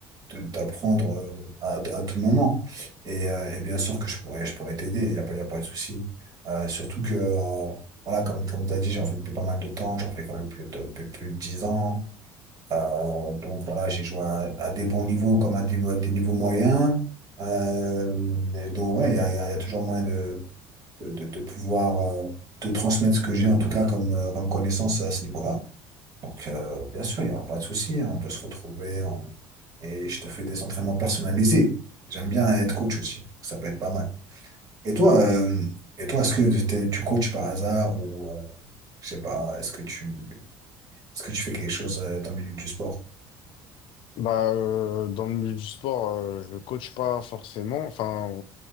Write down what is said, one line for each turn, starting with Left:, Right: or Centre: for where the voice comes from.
Right: de- d'apprendre euh, à, à tout moment. Et, euh, et bien sûr que je pourrais, je pourrais t'aider, il n'y a pas, il y a pas de souci. Euh, surtout que, euh, voilà, comme, comme tu as dit, j'en fais depuis pas mal de temps, j'en fais quand même plus de, plus, plus de 10 ans. Euh, donc voilà, j'ai joué à, à des bons niveaux comme à des, à des niveaux moyens. Euh, et donc voilà, il y a, il y a- il y a toujours moyen de, de, de, de pouvoir... euh, de transmettre ce que j'ai en tout cas comme, euh, comme connaissance à ce niveau-là. Donc, euh, bien sûr, il n'y aura pas de souci. hein, on peut se retrouver on- et je te fais des entraînements personnalisés. J'aime bien être coach aussi. Ça peut être pas mal. Et toi, euh, et toi, est-ce que t'es- tu coaches par hasard ou euh, je sais pas, est-ce que tu, est-ce que tu fais quelque chose euh, dans le milieu du sport?
Left: Bah, euh, dans le milieu du sport, euh, je ne coach pas forcément. Enfin,